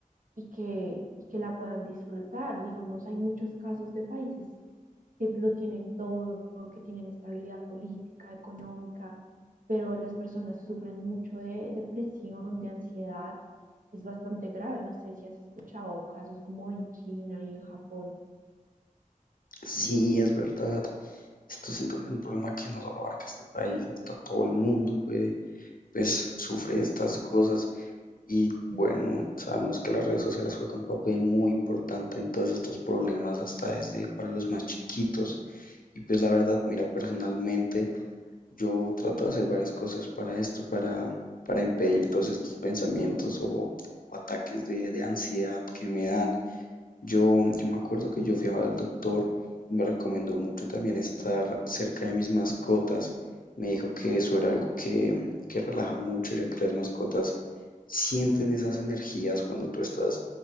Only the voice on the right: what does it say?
y que, y que la puedan disfrutar. Digamos, hay muchos casos de países que lo tienen todo, que tienen estabilidad política, económica, pero las personas sufren mucho de depresión, de ansiedad. Es bastante grave. No sé si has escuchado casos como en China y en Japón.